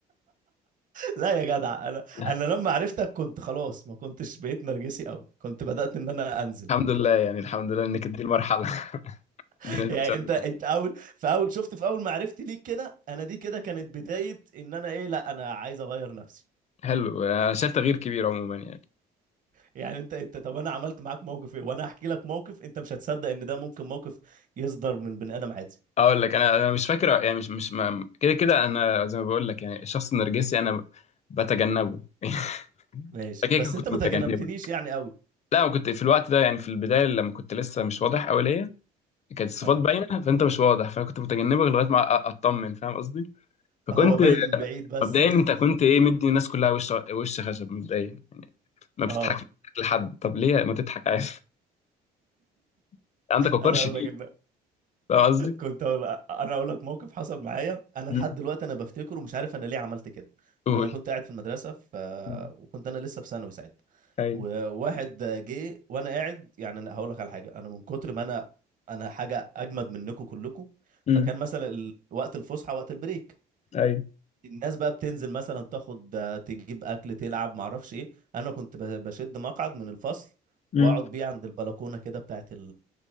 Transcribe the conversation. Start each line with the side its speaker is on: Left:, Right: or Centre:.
Right: لا يا جدع انا
Left: <laughs>
Right: انا لما عرفتك كنت خلاص ما كنتش بقيت نرجسي قوي كنت بدأت ان انا انزل
Left: الحمد لله يعني الحمد لله إنك دي المرحلة <laughs>
Right: <laughs>
Left: إنك
Right: يعني
Left: كنتش قبل
Right: انت انت
Left: كده.
Right: اول في اول شفت في اول ما عرفتي ليك كده انا دي كده كانت بداية ان انا ايه لا انا عايز اغير نفسي
Left: حلو أنا شايف تغيير كبير عموما يعني
Right: يعني انت انت طب انا عملت معاك موقف ايه وانا هحكي لك موقف انت مش هتصدق ان ده ممكن موقف يصدر من بني ادم عادي
Left: اقول لك انا انا مش فاكر يعني مش مش ما- كده كده انا زي ما بقول لك يعني الشخص النرجسي انا بتجنبه <laughs>
Right: ماشي
Left: كده
Right: بس
Left: كده كنت
Right: انت ما
Left: متجنبه
Right: تجنبتنيش يعني قوي
Left: لا انا كنت في الوقت ده يعني في البدايه لما كنت لسه مش واضح قوي ليا كانت الصفات
Right: اه
Left: باينه فانت مش واضح فانا كنت متجنبك لغايه ما أ- اطمن فاهم قصدي فكنت
Right: هو باين من بعيد بس
Left: مبدئيا
Right: <laughs> إن-
Left: انت كنت ايه مدي الناس كلها وش وش خشب مبدئيا ما
Right: اه
Left: بتضحكش بتضحك لحد طب ليه ما تضحك عادي <laughs> عندك وقار
Right: انا
Left: شديد
Right: اقول لك ان
Left: فاهم قصدي
Right: كنت أقول انا اقول لك موقف حصل معايا انا
Left: مم.
Right: لحد دلوقتي انا بفتكره ومش عارف انا ليه عملت كده
Left: قول
Right: انا كنت قاعد في المدرسه ف...
Left: مم.
Right: وكنت انا لسه في ثانوي ساعتها
Left: ايوه
Right: وواحد جه وانا قاعد يعني أنا هقول لك على حاجه انا من كتر ما انا انا حاجه اجمد منكم كلكم
Left: مم.
Right: فكان مثلا ال- وقت الفسحه وقت البريك
Left: ايوه
Right: الناس بقى بتنزل مثلا تاخد تجيب اكل تلعب معرفش ايه انا كنت ب- بشد مقعد من الفصل
Left: مم.
Right: واقعد بيه عند البلكونه كده بتاعت